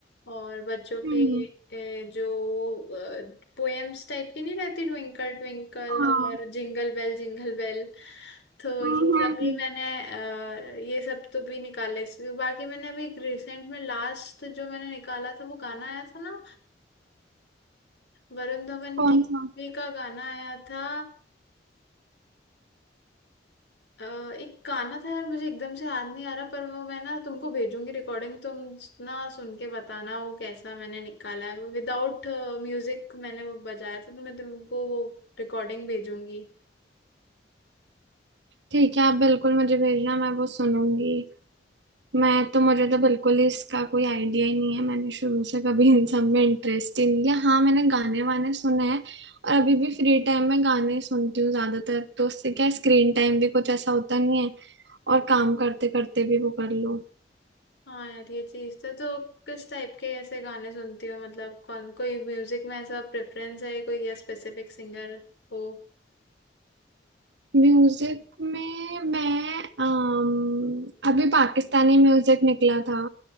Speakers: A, on the left (about 80°); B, on the right (about 80°).
A: और बच्चों
B: हम्म,
A: के ए, जो पोएम्स टाइप की नहीं रहती ट्विंकल ट्विंकल
B: हाँ
A: और जिंगल बेल जिंगल बेल तो
B: हम्म,
A: ये सब
B: हम्म,
A: भी
B: हम्म।
A: मैंने अ, ये सब तो भी निकाले इसके- बाकी मैंने अभी रिसेंट में लास्ट जो मैंने निकाला था वो गाना आया था ना वरुण धवन
B: कौन
A: की
B: सा
A: मूवी का गाना आया था अ, एक गाना था यार मुझे एकदम से याद नहीं आ रहा पर वो मैं ना तुमको भेजूंगी रिकॉर्डिंग तुम ना सुन के बताना वो कैसा मैंने निकाला है विदाउट म्यूजिक मैंने वो बजाया था तो मैं तुमको वो रिकॉर्डिंग भेजूंगी
B: ठीक है आप बिल्कुल मुझे भेजना मैं वो सुनूंगी मैं तो मुझे तो बिल्कुल ही इसका कोई आइडिया ही नहीं है मैंने शुरू से कभी इन सब में इंटरेस्ट ही नहीं लिया हाँ मैंने गाने वाने सुने हैं और अभी भी फ्री टाइम में गाने ही सुनती हूँ ज्यादातर तो उससे क्या स्क्रीन टाइम भी कुछ ऐसा होता नहीं है और काम करते करते भी वो कर लो
A: हाँ यार ये चीज था तो किस टाइप के ऐसे गाने सुनती हो मतलब कौन कोई म्यूजिक में ऐसा प्रेफरेंस है कोई या स्पेसिफिक सिंगर हो
B: म्यूजिक में मैं अम, अभी पाकिस्तानी म्यूजिक निकला था